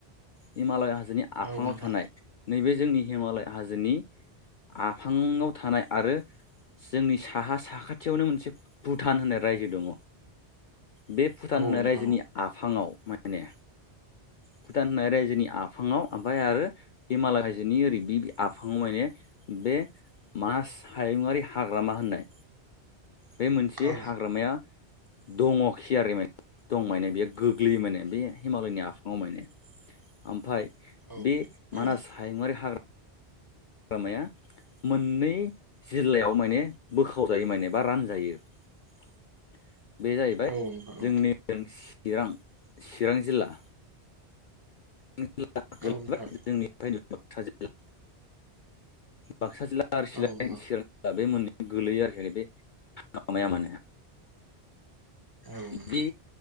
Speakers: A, on the left (about 55°); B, on the right (about 20°).
A: हिमालय हाजोनि आफाङाव
B: औ नोंथां
A: थानाय नैबे जोंनि हिमालय हाजोनि आफाङाव थानाय आरो जोंनि साहा साखाथियावनो मोनसे भुटान होननाय रायजो दङ बे भुटान
B: औ
A: होनाय
B: नोंथां
A: रायजोनि आफाङाव माने भुटान होननाय रायजोनि आफाङाव ओमफ्राय आरो हिमालय हायजोनि ओरै बे आफाङाव माने बे मानास हायुङारि हाग्रामा होननाय बे मोनसे
B: औ नोंथां
A: हाग्रामाया दङखि आरो माने दं माने बियो गोग्लैयो माने बे हिमालयनि आफाङाव माने ओमफ्राय
B: औ
A: बे मानास
B: औ
A: हायङुंवारि हाग्रा माया मोननै जिल्लायाव माने बोखावजायो माने बा रानजायो <unintelligible> बे जाहैबाय
B: औ नोंथां
A: जोंनि चिरां चिरां जिल्ला जिला
B: औ
A: गोलैबाय
B: नोंथां औ नोंथां
A: जोंनिफ्रायनो बाक्सा जिल्ला बाक्सा जिल्ला आरो चिरां
B: औ नोंथां
A: जिल्ला बे मोननि गोलैयो आरोखि बेामाया माने
B: औ नोंथां
A: बे